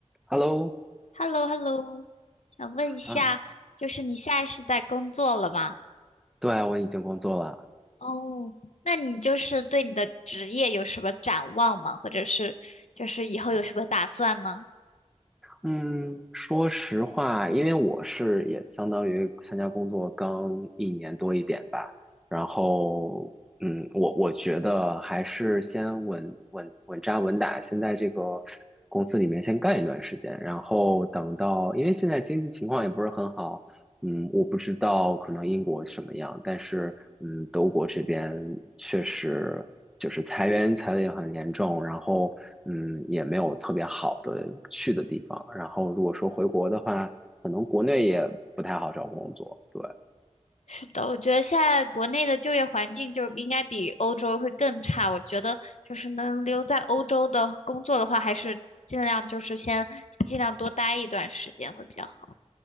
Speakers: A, in the centre; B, on the left (about 70°).
A: Hello，
B: h e l l o h e l l o 想问一下，
A: 啊，
B: 就是你现在是在工作了吗？
A: 对啊，我已经工作了。
B: 哦，那你就是对你的职业有什么展望吗？或者是就是以后有什么打算吗？
A: 嗯，说实话，因为我是也相当于参加工作刚一年多一点吧，然后，嗯，我我觉得还是先稳稳稳扎稳打，先在这个公司里面先干一段时间，然后等到，因为现在经济情况也不是很好，嗯，我不知道可能英国什么样，但是嗯，德国这边确实就是裁员裁的也很严重，然后嗯，也没有特别好的去的地方。然后如果说回国的话，可能国内也不太好找工作，对。
B: 是的，我觉得现在国内的就业环境就应该比欧洲会更差。我觉得就是能留在欧洲的工作的话，还是尽量就是先尽量多待一段时间会比较好。